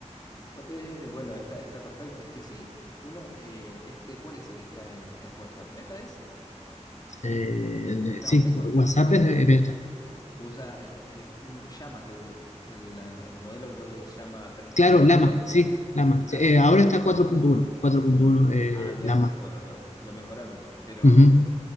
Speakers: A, on the left; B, on the left.
A: Oh, Eh, eh, bueno, está, está perfecto. Es que sí, uno, eh, este, ¿cuál es el que está en, en WhatsApp? ¿Meta es?
B: Eh,
A: No,
B: sí,
A: me-
B: WhatsApp
A: sí,
B: es
A: Meta,
B: de venta.
A: que usa eh, eh, un- Llama, creo que es. El, la- el modelo creo que es Llama 3.0
B: Claro, Lama,
A: o algo
B: sí,
A: así.
B: Lama.
A: Lama.
B: Sí, eh, ahora está 4.1, 4.1, eh,
A: Ah, miércoles,
B: Lama.
A: bueno, lo, lo mejoraron. Pero,
B: Ujú.